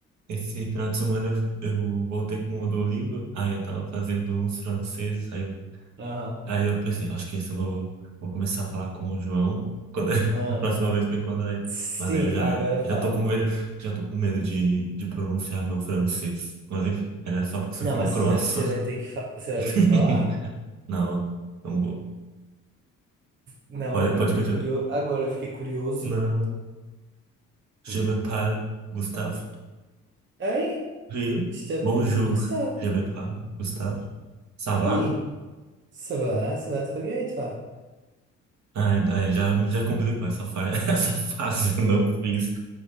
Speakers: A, on the right; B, on the right.
A: esse final de semana eu, fico- eu voltei com o Duolingo, aí eu tava fazendo uns franceses, aí eu,
B: Aham,
A: aí eu pensei, acho que esse eu vou, vou começar a falar com o João quando, <laughs>
B: aham.
A: a próxima vez que eu encontrar ele.
B: Sim,
A: Mas aí eu já,
B: agora fala.
A: já tô com, ver- já tô com medo de, de pronunciar meu francês. Mas enfim, era só porque você
B: Não,
A: falou
B: mas
A: croissant.
B: você você vai ter que, fa- você vai
A: <laughs>
B: ter que falar?
A: Não, não vou.
B: Não,
A: Pode,
B: agora
A: pode
B: eu fiquei
A: continuar.
B: curioso. Agora eu fiquei curioso.
A: Não, je
B: Hum.
A: me parle, Gustavo.
B: Aí,
A: Viu?
B: je t'appelle
A: Bonjour,
B: Gustavo.
A: je me parle, Gustavo. Ça
B: Aí,
A: va?
B: ça va, ça va très bien et toi?
A: Ah, é- é, já, já complicou essa, fa <laughs> essa
B: Ah,
A: fase, eu não fiz.